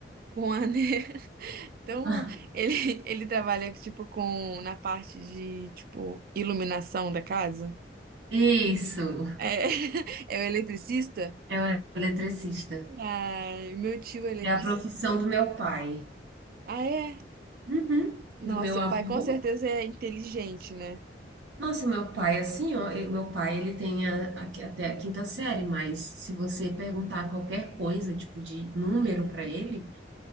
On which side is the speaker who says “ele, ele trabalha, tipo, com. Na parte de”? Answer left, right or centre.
Right